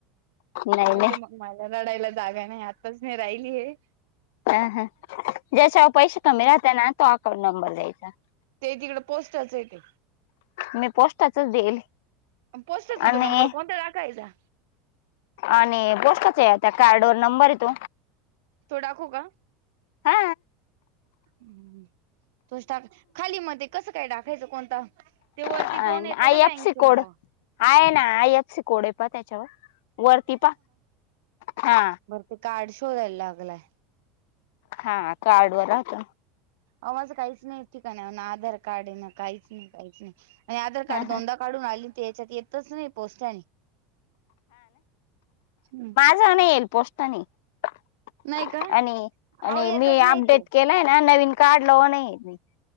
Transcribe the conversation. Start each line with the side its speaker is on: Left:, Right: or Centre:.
Left: नाही
Right: म्हटले
Left: नाही
Right: म मला लडायला जागा नाही आताच नाही राहिली हे.
Left: ह हा ज्याच्यावर पैसे कमी राहते ना तो अकाउंट नंबर द्यायचा.
Right: ते तिकडे पोस्टच आहे ते
Left: मी पोस्टाचच देईल.
Right: पोस्टच हो
Left: आणि
Right: तो नंबर कोणता टाकायचा.
Left: आणि बोस्टच आहे त्या कार्ड वर नंबर य तो
Right: तो डाकू का?
Left: हा
Right: ह् तुच टाका खाली मध्ये कसं काय टाकायचं कोणता? ते वरती
Left: आणि
Right: दोन येते
Left: आय
Right: ना
Left: एफ
Right: बँकचे
Left: सी कोड
Right: नाव
Left: आहे ना आय एपसी कोडे प त्याच्यावर वरती प हा.
Right: त का्ड शोधायला लागलाय.
Left: हा कार्ड व होहता.
Right: अ माझं काहीच नाही ठिकाण आधार कार्ड ना काहीच नाही काहीच नाही आणि आधार कार्ड
Left: हा हा
Right: दोनदा काढून आली ते याच्यात येतच नाही पोचताने हम्.
Left: पोस्टाने येईल पोस्टानेआणि
Right: नाही का अहो येतच
Left: मी
Right: नाही
Left: अपडेट
Right: ते
Left: केलत. ना नवीन कार्ड लाव नाहीयेत.